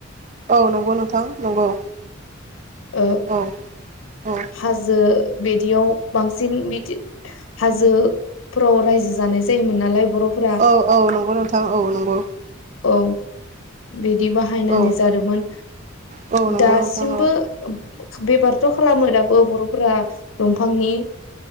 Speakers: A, on the right (about 35°); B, on the left (about 75°).
A: औ नंगौ नोंथां नंगौ
B: ओ
A: औ औ
B: हाजो बिदियाव बांसिन बिदि हाजोफ्राव रायजो जानाय जायोमोन नालाय बर'फोरा
A: औ औ नंगौ नोंथां औ नंगौ
B: औ बिदि बाहायनानै
A: औ
B: जादोंमोन
A: औ नंगौ
B: दासिमबो
A: नोंथां औ
B: बेफारथ' खालामो दाबो बर'फोरा दंफांनि